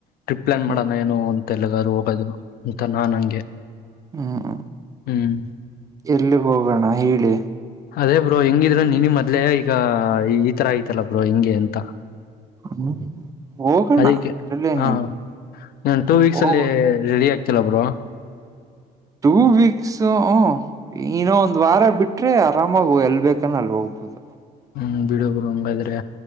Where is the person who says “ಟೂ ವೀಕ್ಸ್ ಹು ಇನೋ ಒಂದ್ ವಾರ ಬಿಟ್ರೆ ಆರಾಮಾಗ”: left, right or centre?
Right